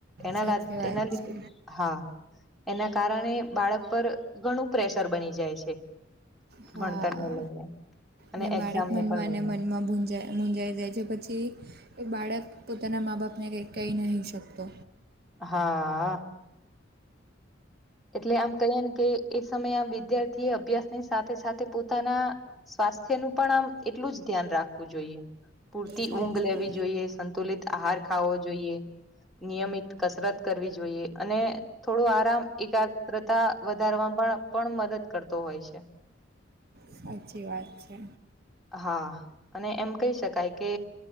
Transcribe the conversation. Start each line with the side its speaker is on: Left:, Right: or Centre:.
Centre: એના
Right: સાચી વાત
Centre: એના લીધે
Right: છે
Centre: હા એના કારણે બાળક પર ઘણું પ્રેશર બની જાય છે.
Right: હા
Centre: બનતાને લઈને. અને
Right: ને બાળક
Centre: એક્ઝામને
Right: મનમાં-
Centre: પણ લઈને
Right: મનમાં મુંજાય જાય મુંજાઈ જાય છે પછી એક બાળક પોતાના માં -બાપને કંઈ કહી નહીં શકતો.
Centre: હા. એટલે આમ કહીએ ને કે એ સમયે આમ વિદ્યાર્થી એ અભ્યાસ ની સાથે સાથે પોતાના સ્વાસ્થ્ય નું પણ આમ એટલું જ ધ્યાન રાખવું જોઈએ. પૂરતી
Right: સાચી
Centre: ઊંઘ લેવી જોઈએ સંતુલિત આહાર ખાવો જોઈએ. નિયમિત કસરત કરવી જોઈએ અને થોડું આરામ એક યા‌ત્રતા વધારવા માં પણ પણ મદદ કરતો હોય છે.
Right: સાચી વાત છે.
Centre: હા અને એમ કહી શકાય કે